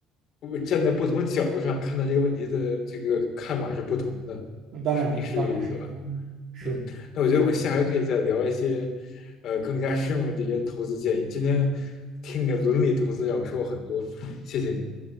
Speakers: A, on the left (about 55°); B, on the right (about 65°).
A: 我站在不同的角度上看待这个问题的这个看法是不同的，
B: 当然，
A: 是你是这个意思吧？
B: 当然是不同意。是
A: 嗯，那我觉得我们下回可以再聊一些，呃，更加深入的这些投资建议。今天听你的伦理投资让我收获很多，谢谢你。